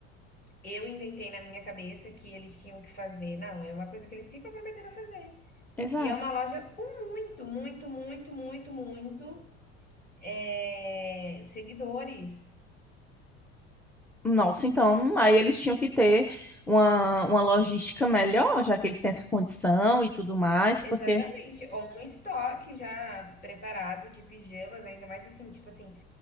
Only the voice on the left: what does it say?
eu inventei na minha cabeça que eles tinham que fazer. Não, é uma coisa que eles se comprometeram a fazer.
E é uma loja com muito, muito, muito, muito, muito é, seguidores.
Exatamente.
Ou um estoque já preparado de pijamas, ainda mais assim, tipo assim,